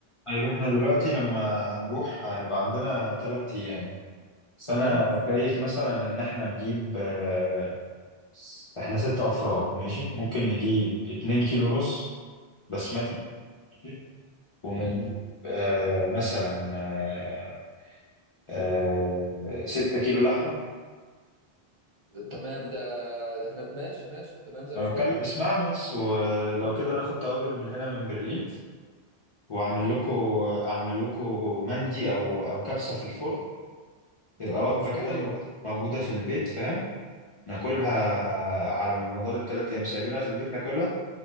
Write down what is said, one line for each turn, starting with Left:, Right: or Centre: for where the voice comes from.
Left: طيب احنا دلوقتي لما هنروح هنبقى عندنا ثلاث ايام بس
Right: تمام
Left: انا شايف مثلا ان احنا نجيب آه، احنا ست افراد ماشي ممكن نجيب اتنين كيلو رز بسمتي ماشي ونجيب
Right: حلو
Left: آه مثلا آه آه ستة كيلو لحمة
Right: تمام ده ده احنا ماشي ماشي تمام زي
Left: ما
Right: الفل
Left: بتكلم اسمعني بس ولو
Right: نعم.
Left: كده ناخد توابل من هنا من برلين واعمل
Right: حلو
Left: لكم اعمل لكم مندي او او كبسة في الفرن تبقى
Right: ده انت
Left: وجبة
Right: اسطوري
Left: كده موجودة
Right: يا ابني
Left: موجودة في البيت فاهم ناكلها
Right: تمام
Left: على مدار الثلاث ايام سايبينها في البيت ناكلها